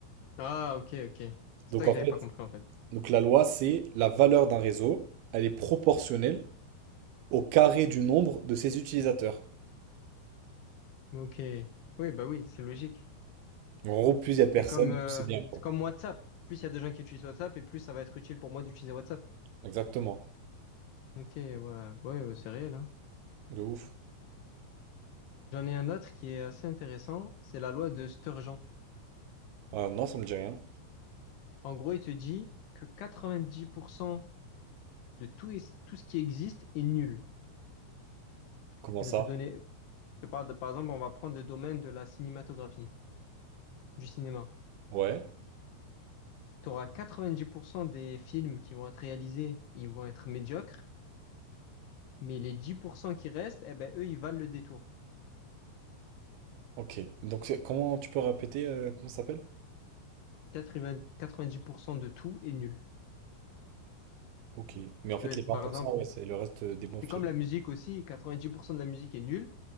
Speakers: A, on the left; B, on the right.
A: Ah, ok, ok. C'est
B: Donc
A: ça que
B: en
A: j'avais
B: fait,
A: pas compris en fait.
B: donc la loi, c'est la valeur d'un réseau, elle est proportionnelle au carré du nombre de ses utilisateurs.
A: Ok. Oui, bah oui, c'est logique.
B: En gros, plus il y a de personnes,
A: C'est comme,
B: plus
A: euh,
B: c'est bien, quoi.
A: c'est comme WhatsApp. Plus il y a de gens qui utilisent WhatsApp et plus ça va être utile pour moi d'utiliser WhatsApp.
B: Exactement.
A: Ok, ouais, ouais, ouais, c'est réel, hein.
B: De ouf.
A: J'en ai un autre qui est assez intéressant, c'est la loi de Sturgeon.
B: Ah non, ça me dit rien.
A: En gros, il te dit que 90% de tout, est- tout ce qui existe est nul.
B: Comment
A: Je
B: ça?
A: vais te donner, je te parle de, par exemple, on va prendre le domaine de la cinématographie, du cinéma.
B: Ouais.
A: Tu auras 90% des films qui vont être réalisés, ils vont être médiocres, mais les 10% qui restent, eh ben, eux, ils valent le détour.
B: Ok, donc c'est- comment tu peux répéter euh, comment ça s'appelle?
A: 80 90% de tout est nul.
B: Ok, mais en fait
A: Je vais,
B: les
A: par
B: 20%
A: exemple,
B: ouais, c'est le reste euh, des bons
A: C'est
B: films.
A: comme la musique aussi, 90% de la musique est nulle,